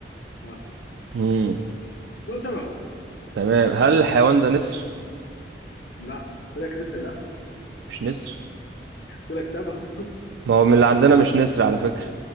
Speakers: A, on the left (about 65°); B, on the right (about 85°).
A: لا
B: مم.
A: بس هو شبهه
B: تمام هل الحيوان ده نسر
A: لا قلت لك لسه لا
B: مش نسر
A: قلت لك شبهه
B: ما هو من اللي عندنا مش نسر على فكرة